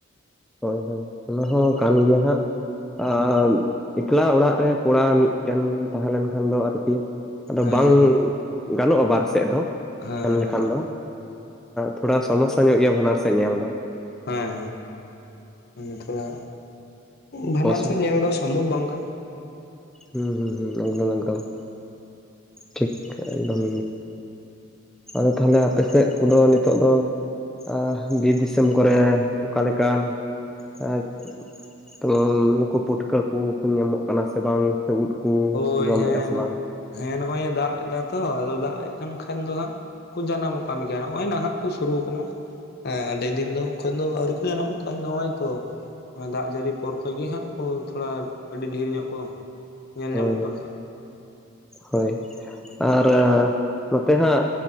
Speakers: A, in the centre; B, on the left (about 50°).
A: ᱦᱳᱭ ᱦᱳᱭ ᱚᱱᱟ ᱦᱚᱸ ᱠᱟᱱ ᱜᱮᱭᱟ ᱦᱟᱸᱜ ᱟᱸ ᱮᱠᱞᱟ ᱚᱲᱟᱜ ᱨᱮ ᱠᱚᱲᱟ ᱢᱤᱫᱴᱮᱱ ᱛᱟᱦᱮᱸ ᱞᱮᱱᱠᱷᱟᱱ ᱫᱚ ᱟᱨᱠᱤ ᱟᱫᱚ
B: ᱦᱮᱸ
A: ᱵᱟᱝ ᱜᱟᱱᱚᱜᱼᱟ᱾ ᱵᱟᱨ ᱥᱮᱫ ᱫᱚ
B: ᱦᱮᱸ
A: ᱢᱮᱱ ᱞᱮᱠᱷᱟᱱ ᱫᱚ ᱛᱷᱚᱲᱟ ᱥᱚᱢᱚᱥᱥᱟ ᱧᱚᱜ ᱜᱮᱭᱟ ᱵᱟᱱᱟᱨ ᱥᱮᱫ ᱧᱮᱞ ᱫᱚ᱾
B: ᱦᱮᱸ ᱦᱮᱸ ᱮᱜᱸ ᱛᱷᱚᱲᱟ ᱵᱷᱟᱰᱨ
A: ᱚᱥᱩᱵᱤ
B: ᱥᱮᱫ ᱧᱮᱞ ᱫᱚ ᱥᱚᱢᱵᱷᱚᱵ ᱵᱟᱝ ᱠᱟᱱᱟ᱾
A: ᱦᱩᱸ ᱦᱩᱸ ᱦᱩᱸ ᱮᱠᱫᱚᱢ ᱮᱠᱫᱚᱢ ᱴᱷᱤᱠ ᱮᱠᱫᱚᱢ ᱟᱫᱚ ᱛᱟᱦᱚᱞᱮ ᱟᱯᱮ ᱥᱮᱫ ᱠᱩᱫᱚ ᱱᱤᱛᱳᱜ ᱫᱚ᱾ ᱟᱻᱵᱤᱨ ᱫᱤᱥᱚᱢ ᱠᱚᱨᱮ ᱚᱠᱟ ᱞᱮᱠᱟᱱ <unintelligible> ᱱᱩᱠᱩ ᱯᱩᱴᱠᱟᱹ ᱠᱚᱠᱚ ᱧᱟᱢᱚᱜ ᱠᱟᱱᱟ ᱥᱮ ᱵᱟᱝ ᱥᱮ ᱩᱫ ᱠᱚ
B: ᱦᱳᱭ
A: ᱡᱚᱢᱮᱫᱼᱟ
B: ᱦᱮᱸᱱᱚ
A: ᱥᱮ ᱵᱟᱝ
B: ᱦᱮᱸ ᱱᱚᱜᱼᱚᱭ ᱫᱟᱜ ᱮᱫᱟ ᱛᱚ ᱟᱫᱚ ᱫᱟᱜ ᱮᱫ ᱠᱟᱱ ᱠᱷᱟᱱ ᱫᱚ ᱦᱟᱸᱜ ᱠᱩ ᱡᱟᱱᱟᱢᱚᱜ ᱠᱟᱱ ᱜᱮᱭᱟ, ᱱᱚᱜᱼᱚᱭ ᱱᱟᱦᱟᱜ ᱠᱚ ᱥᱩᱨᱩ ᱠᱟᱱᱟ᱾ ᱦᱮ <unintelligible> ᱞᱮᱫᱤᱱ ᱫᱚ ᱠᱷᱚᱱ ᱫᱚ ᱟᱹᱣᱨᱤ ᱠᱚ ᱡᱟᱱᱟᱢᱚᱜ ᱠᱟᱱ <unintelligible> ᱫᱟᱜ ᱡᱟᱹᱲᱤ ᱯᱚᱨ ᱠᱷᱚᱡ ᱜᱮ ᱦᱟᱜ ᱠᱚ ᱛᱷᱚᱲᱟ ᱟᱹᱰᱤ ᱰᱷᱮᱨ ᱧᱚᱜ ᱠᱚ ᱧᱮᱞ
A: ᱦᱳᱭ
B: ᱧᱟᱢᱚᱜ
A: ᱦᱳᱭ
B: ᱠᱟᱱᱟ ᱦᱟᱸᱜ
A: ᱦᱳᱭ᱾ ᱟᱨ ᱱᱚᱛᱮ ᱦᱟᱸᱜ